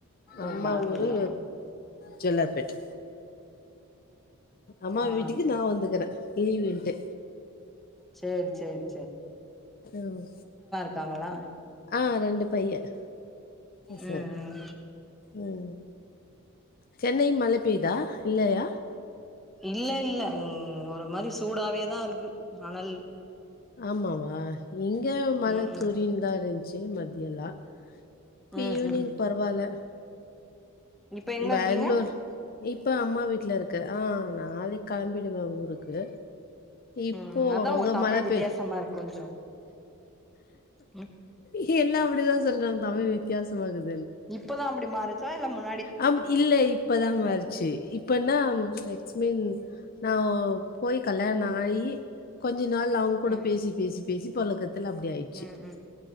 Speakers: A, in the centre; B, on the left.
A: ஓ
B: அம்மா
A: பேங்களூரா
B: ஊரு
A: ஆ
B: ஜெல்லாப்பேட் அம்மா
A: ஆ
B: வீட்டுக்கு நான் வந்துக்கிறேன் லீவ்ன்ட்டு
A: சேரி சேரி
B: ம்
A: வந்துட்டாங்களா
B: ஆ ரெண்டு பையன் சோ
A: ம் ம்
B: ம் சென்னை மழை பெய்தா இல்லையா
A: இல்ல இல்ல ம் ஒரு மாரி சூடாவே தான் இருக்கு அனல்
B: ஆமாவா இங்கே மழ
A: ம் ம்
B: தூரின்னு தான் இருந்துச்சு மத்தியலா இப்ப
A: ம்
B: ஈவினிங்
A: ம்
B: பரவாயில்ல
A: இப்ப எங்க
B: பெங்களூர்
A: இருக்கீங்க
B: இப்ப அம்மா வீட்ல இருக்கேன் ஆ நாளைக் கெளம்பிடுவேன் ஊருக்கு இப்போ
A: ம் அதா
B: அங்க
A: உங்க தமிழ்
B: மழ
A: வித்தியாசமா
B: பெய்
A: இருக்கு கொஞ்சோ ம்
B: க எல்லா அப்படிதான் சொல்றாங்க தமிழ் வித்தியாசமா இருக்குது
A: இப்பதான் அப்படி மாறுச்சா இல்ல முன்
B: ஆப் இல்ல இப்பதான் மாறுச்சு இப்பன்னா ச்சு தேட் மீன்ஸ் நான் போய் கல்யாணம் ஆகி கொஞ்சோ நாள் அவங்க கூட
A: ம்
B: பேசி பேசி பேசி பழக்கத்துக் துக்கல அப்படி ஆயிடுச்சு
A: ம் ம்